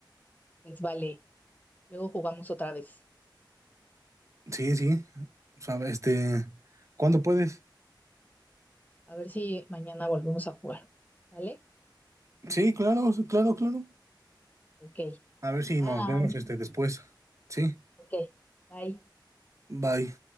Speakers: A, on the left (about 20°); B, on the right (about 40°).
A: Pues vale, luego jugamos otra vez.
B: Sí, sí. O sea, este, ¿cuándo puedes?
A: A ver si mañana volvemos a jugar. ¿Vale?
B: Sí, claro, sí, claro, claro.
A: Ok.
B: A ver si
A: Bye.
B: nos vemos este después. Sí,
A: Ok. Bye.
B: bye.